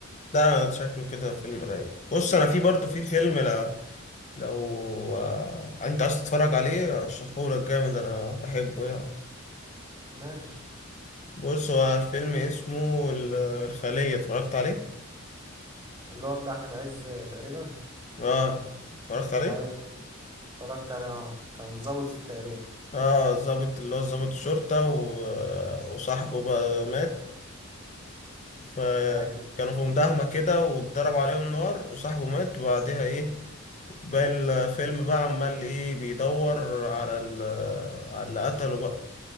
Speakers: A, on the left; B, on the right.
A: ده شكله كده فيلم رايق بص انا في برضه في فيلم لا لو آه، انت عايز تتفرج عليه ارشحه لك جامد انا بحبه يعني
B: ماشي
A: بص هو الفيلم اسمه ال- الخلية اتفرجت عليه
B: اللي هو بتاع احمد عز تقريبا
A: اه اتفرجت عليه
B: ايوه اتفرجت عليه اه كان ظابط فيه تقريبا
A: اه ظابط اللي هو ظابط شرطة و... وصاحبه بقى مات فكانوا
B: ايوه
A: في مداهمة كده واتضرب عليهم نار وصاحبه مات وبعديها ايه باقي الفيلم بقى عمال ايه بيدور على ال... على اللي قتله بقى